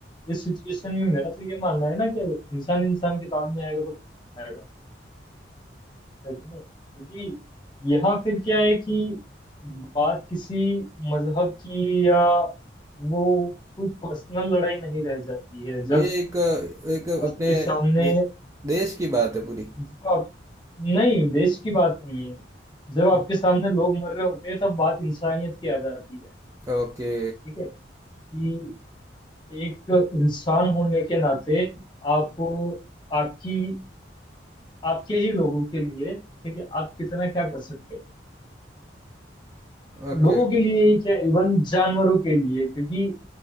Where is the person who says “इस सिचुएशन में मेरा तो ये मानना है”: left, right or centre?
Left